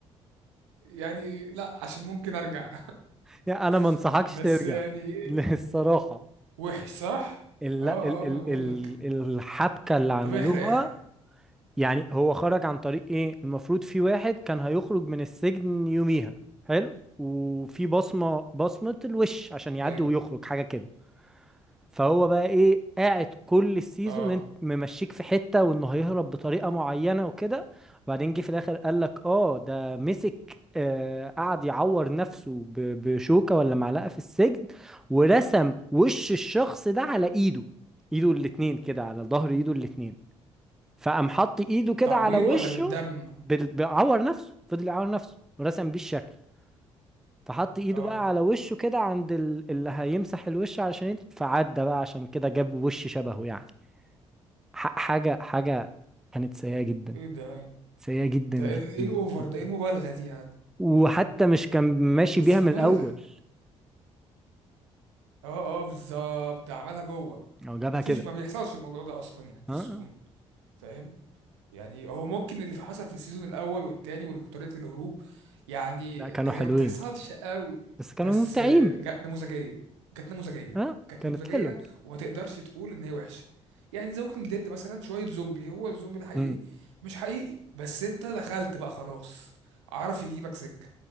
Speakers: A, on the right; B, in the centre.
A: يعني لا عشان ممكن ارجع
B: يعني انا ما انصحكش
A: <laughs> بس
B: ترجع
A: يعني ايه
B: <laughs> الصراحه
A: وحش صح
B: ال...
A: اه
B: ال...
A: اه
B: ال...
A: ما انا بقول
B: ال...
A: لك
B: الحبكه اللي عملوها
A: طب احرق احرق
B: يعني هو خرج عن طريق ايه المفروض في واحد كان هيخرج من السجن يوميها حلو وفي بصمه بصمه الوش عشان يعدي
A: حلو
B: ويخرج حاجه كده فهو بقى ايه قاعد كل السيزون
A: اه
B: انت ممشيك في حتة وانه هيهرب بطريقة معينة وكده وبعدين جه في الاخر قال لك اه ده مسك آه قعد يعور نفسه ب- بشوكة ولا معلقة في السجن ورسم وش الشخص ده على ايده ايده الاتنين كده على ظهر ايده الاتنين فقام حط ايده كده
A: تعوير
B: على وشه
A: ولا بالدم
B: بال- بيعور نفسه فضل يعور نفسه ورسم بيه الشكل فحط ايده
A: اه
B: بقى على وشه كده عند ال- اللي هيمسح الوش علشان يد- فعدى بقى عشان كده جاب وش شبهه يعني ح- حاجة حاجة كانت سيئة جدا
A: ايه ده
B: سيئة جدا
A: ده
B: جدا
A: ايه ايه الاوفر
B: جدا
A: ده ايه المبالغه دي يعني
B: وحتى مش كان ماشي
A: بس
B: بيها
A: مبالغه
B: من الأول
A: اه اه بالظبط ده عملها جوه
B: هو جابها
A: مفيش
B: كده
A: ما بيحصلش الموضوع ده اصلا يعني في
B: اه
A: السجون
B: آه.
A: فاهم يعني هو ممكن اللي حصل في السيزون الاول والتاني وطريقه الهروب يعني
B: لا كانوا
A: هي
B: حلوين
A: ما بتحصلش قوي
B: بس كانوا
A: بس
B: ممتعين
A: آه، جا- نموذجيه كانت نموذجيه
B: اه
A: كانت
B: كانت
A: نموذجيه
B: حلوة
A: وما تقدرش تقول ان هي وحشه يعني ذا ووكينج ديد مثلا شويه زومبي هو الزومبي ده حقيقي
B: مم.
A: مش حقيقي بس انت دخلت بقى خلاص عرف يجيبك سكه